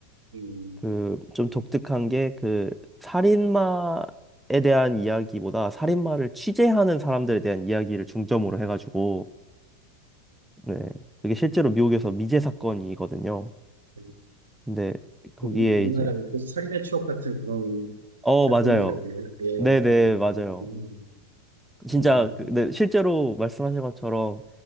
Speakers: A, on the right; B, in the centre.
A: 음,
B: 그 좀 독특한 게 그 살인마에 대한 이야기보다 살인마를 취재하는 사람들에 대한 이야기를 중점으로 해가지고 네. 그게 실제로 미국에서 미제 사건이거든요.
A: 음,
B: 근데 거기에
A: 그 우- 우리나라의
B: 이제
A: 그 살인의 추억 같은 그런
B: 어,
A: 사건인가
B: 맞아요.
A: 보네요. 예,
B: 네네,
A: 어,
B: 맞아요.
A: 그렇군요.
B: 진짜
A: 음,
B: 그, 네, 실제로 말씀하신 것처럼